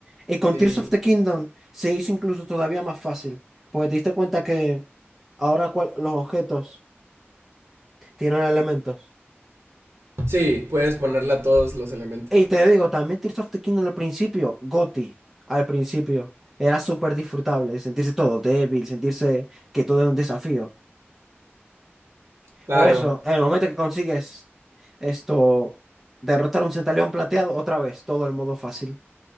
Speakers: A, in the centre; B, on the right (about 80°).
A: Y con
B: sí.
A: Tears of the Kingdom se hizo incluso todavía más fácil, porque te diste cuenta que ahora cual- los objetos tienen elementos.
B: Sí, puedes ponerle a todos los elementos.
A: Y te digo, también Tears of the Kingdom al principio, GOTY, al principio, era súper disfrutable, sentirse todo débil, sentirse que todo es un desafío.
B: Claro.
A: Pero eso, en el momento que consigues esto, derrotar a un centaleón plateado, otra vez, todo el modo fácil.